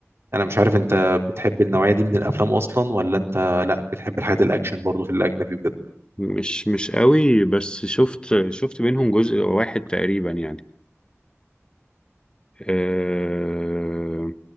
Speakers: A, on the right; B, on the left.
A: انا مش عارف انت بتحب النوعيه دي من الافلام اصلا ولا انت لا بتحب الحاجات الاكشن برضو في الاجنبي وكده؟
B: مش مش قوي بس شفت شفت منهم جزء واحد تقريبا يعني آه،